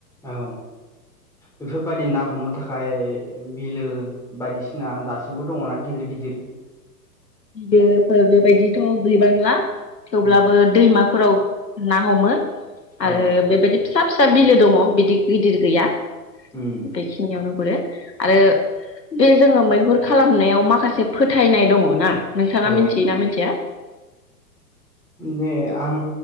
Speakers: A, in the centre; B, on the left (about 75°).
A: औ बेफोरबायदि ना हमनो थाखाय बिलो बायदिसिना दासिमबो दङना गिदिर गिदिर?
B: बिे ओ बेबायदिथ' गैबांला थेवब्लाबो
A: उम
B: दैमाफोराव ना हमो आरो
A: औ
B: बेबायदि फिसा फिसा बिलो दङ बिदि गिदिर गैया।
A: उम
B: औ <unintelligible> बेखिनिानोग <unintelligible> आरो बे जोङो मैहुर खालामनायाव माखासे फोथायनाय दङ ना? नोंथाङा
A: औ
B: मिथियोना मिथिया?
A: दे आं